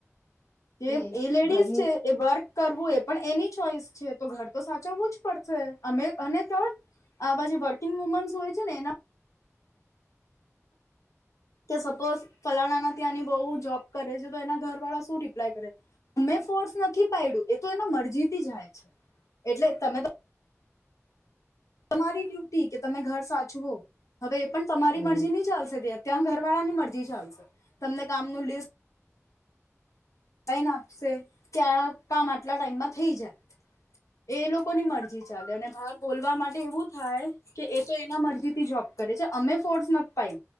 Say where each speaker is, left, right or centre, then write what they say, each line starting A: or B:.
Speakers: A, on the left (about 75°); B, on the left (about 50°).
A: જે
B: કે
A: એ લેડીઝ
B: ઘરની
A: છે એ બર્ક કર એ પણ એની ચોઈસ છે તો ઘર તો સાચવવું જ પડશે અમે અને આવા જે વર્કિંગ વુમન્સ હોય છે ને એના કે સપોઝ ફલાણા ના ત્યાંની બઉ જોબ કરે છે તો એના ઘર વાળા શું રિપ્લાય કરે અમે ફોર્સ નથી પાડડ્યું એ તો એના મરજીથી જાય છે એટલે તમે તો તમારી ડ્યુટી કે તમે ઘર સાચવો હવે એ પણ તમારી
B: હમ
A: મરજી નહી ચાલશે બે ત્યાં વાળાની મરજી ચાલશે તમને કામ ન લિસ્ટ લઈન આપશે કે આ કામ આટલા ટાઈમમાં થઈ જાય એ એ લોકોની મરજી ચાલે અને બાર બોલવા માટે એવું થાય કે એ તો એના મરજીથી જોબ ે છે અમે ફોર્સ નથી પાું